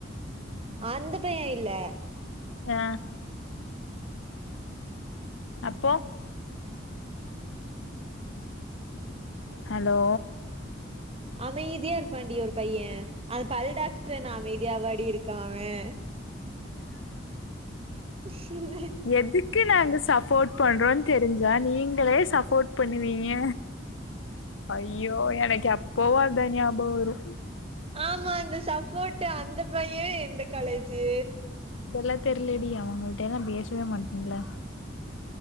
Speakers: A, on the right; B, on the left.
A: அந்த பையன் இல்ல
B: ஆ அப்போ ஹலோ
A: அமைதியா இருப்பான்டி ஒரு பையன் அந்த பல் டாக்டர் என்ன அமைதியா வாடி இருக்கான் அவன் அவன்
B: எதுக் கு நாங்க சப்போர்ட் பண்றோ தெரிஞ்சா நீங்களே சப்போர்ட் பண்ணுவீங்க ஐயோ எனக்கு எப்பவு அதா ஞாபகம் வரு
A: ஆமா அந்த சப்போர்ட்டு அந்த பைய எந்த காலேஜு
B: இதெல்லாம் தெரியிலடி அவங்கள்ட்டல்லா பேசவே மாட்டேன்ல